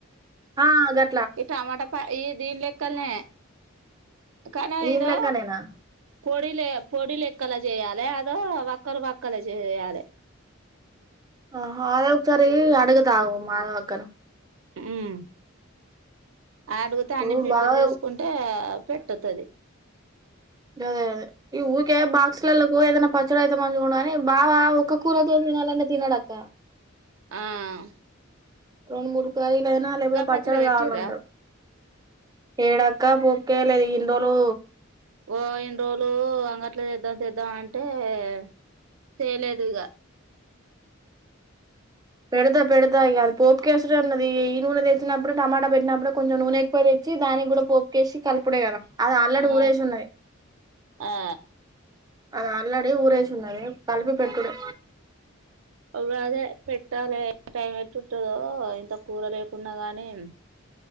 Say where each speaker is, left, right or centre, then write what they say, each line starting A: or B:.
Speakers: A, on the right; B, on the right.
A: ఆ గట్
B: ఈ టమాటప ఈ దీన్ లేక్కల్ నే కనో
A: దీని
B: ఇదో
A: లెక్కనేనా
B: పొడిలె పొడిలెక్కల జేయాలే అదో వక్కల్ వక్కల్ జేయాలె
A: ఆహా అదొక్ సారి ఈ అడుగతాగు మాధవక్కాను
B: ఉమ్ అడుగుత
A: నువ్వు
B: అన్ని ప్రిపేర్
A: బాగా
B: జేస్ కుంటే పెట్టోత్తది
A: గదె అదే ఈ ఊకే బాక్సులల్లకు ఏదైనా పచ్చడి అయితే మంచిగుండని బవా ఒక్క కూరతోన్ తినాలంటె తినడక్క
B: అమ్
A: రొండు మూడ్ కారీలయినా లేపోతే పచ్చడ
B: పచ్చడి
A: గావాలంటర్
B: పెట్టిర్రా
A: ఏడక్క ఒప్ కే లేద్ ఇన్ రోలు
B: ఓ ఇన్ రోలు అంగట్ల తేద్దాం తేద్దాం అంటే ఎ తేలేదుగ
A: పెడతా పెడతా ఇగ అద్ పోపు కేే రనే అన్నది ఈ నూనె దెచ్చినప్పుడు టమాటా పెట్ నప్పుడు కొంజం నూనె ఎక్కు దెత్ చ్చి దాని గుడ పోపుకేసి కలుపుడే గద అద్ ఆల్ రడీ
B: ఆ
A: ఊరేశున్నది
B: ఆ
A: అది ఆల్ రడి ఊరేశూన్నది కలిపి పెట్టుడె
B: ఓవ్రదె పెట్టాలే ట్యా యట్టుంటదో ఇంత కూర లేకున్నా గానీ మ్